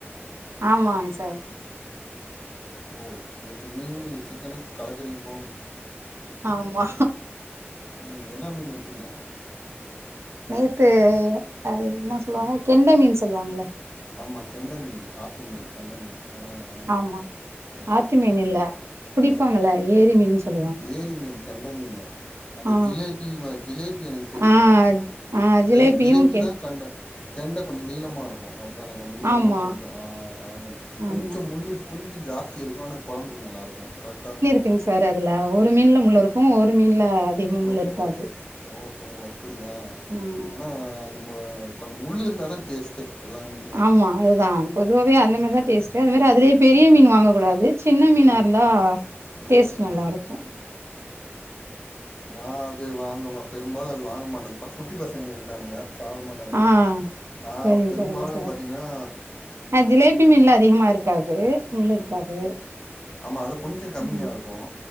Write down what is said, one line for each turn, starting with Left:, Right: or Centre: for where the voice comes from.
Right: ஆமாங் சார்
Left: ஓ நேத்து மீனு இன்னைக்கு சிக்கனு கலக்குறிங்க போங்கோ
Right: ஆமா
Left: ம் என்னா மீனு எடுத்தீங்க
Right: நேத்து அது என்ன சொல்லுவாங்க கெண்ட மீன் சொல்லுவாங்கல்ல
Left: ஆமா கெண்ட மீன் ஆத்து கெண்ட மீன் ஆ ஆ
Right: ஆமா
Left: ம்
Right: ஆத்து மீன் இல்ல புடிப்பாங்க
Left: ஆ
Right: இல்ல ஏரி மீன் சொல்லுவாங்க
Left: ஏரி மீன் கெண்ட மீனா அந்த
Right: ஆ.
Left: ஜிலேபின் வா ஜிலேபி எனக்கு தெரியு
Right: ஆ, ஆ ஜிலேபியும்
Left: ஜிலி ஜிலேபி தா கெண்ட கெண்ட கொஞ்சோ நீளமா இருக்கு அப்டி தானே கொஞ்சோ நீளம
Right: ஆமா,
Left: கொஞ்சோ ஆ அதுதா கொஞ்சோ
Right: ஆமா.
Left: முள்ளு கொஞ்சோம ஜாஸ்தி இருக்கு ஆனா கோழம்புக்கு நல்லா இருக்கு கரெக்ட்டா
Right: இருக்குங் சார் அதுல ஒரு மீன்ல முள்ளு இருக்கு ஒரு மீன்ல அதிகம முள்
Left: ஓஹோ
Right: இருக்காது
Left: ஓஹோ அப்புடியா
Right: ம்.
Left: ஆனா அந்த நம்மக்கு முள்ளு இருந்தா தா டேஸ்ட்டு எல்லா மீனு
Right: ஆமா அதுதா பொதுவவே அந்த மீனுதா டேஸ்ட்டு அது மாரி அதுலயே பெரிய மீனு வாங்க கூடாது சின்ன மீனா
Left: ம்
Right: இருந்தா
Left: ம்
Right: டேஸ்ட்
Left: ம்
Right: நல்லா இருக்கு
Left: நா அது வாங்க பெரும்பாலு அது வாங்க மாட்டே குட்டி பசங்க இருக்கானுங்க சாப்ட மாட்டானுங்க
Right: ஆ.
Left: நா
Right: சரிங்க,
Left: பெரும்பாலு
Right: சரிங்க சார்.
Left: பாத்தீங்கன்னா
Right: அ ஜிலேபி மீன்ல அதிகமா இருக்காது முள் இருக்காது
Left: ஆமா அது கொஞ்சோ கம்மியா
Right: ம்.
Left: இருக்கு